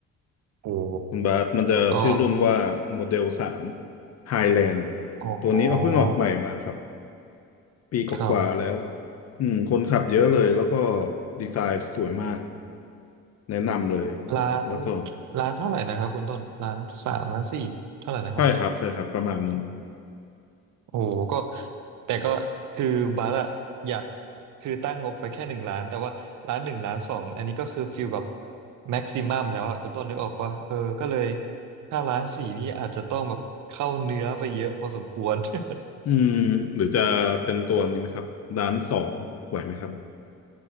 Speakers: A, on the right; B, on the left.
A: โอ้
B: คุณบาสมันจะชื่อรุ่นว่าโมเดลสาม
A: ก็
B: ไฮแลนด์
A: โอ้
B: ตัวนี้เอาเพิ่งออกใหม่มาครับปีกว่าๆแล้ว
A: ครับ
B: อืมคนขับเยอะเลยแล้วก็ดีไซน์สวยมากแนะนำเลย
A: ล้าน
B: แล้วก็
A: ล้านเท่าไหร่นะครับคุณต้นล้านสามล้านสี่เท่าไหร่นะครับ
B: ใช่ครับใช่ครับประมาณนั้น
A: โอ้โหก็แต่ก็คือบัสอะอยากคือตั้งงบไว้แค่หนึ่งล้านแต่ว่าล้านหนึ่งล้านสองอันนี้ก็คือฟิลแบบแม็กซิมัมแล้วอะคุณต้นนึกออกว่าเออก็เลยถ้าล้านสี่นี่อาจจะต้องแบบเข้าเนื้อไปเยอะพอสมควร <laughs>
B: อืมหรือจะเป็นตัวนี้ไหมครับด้านสองไหวไหมครับ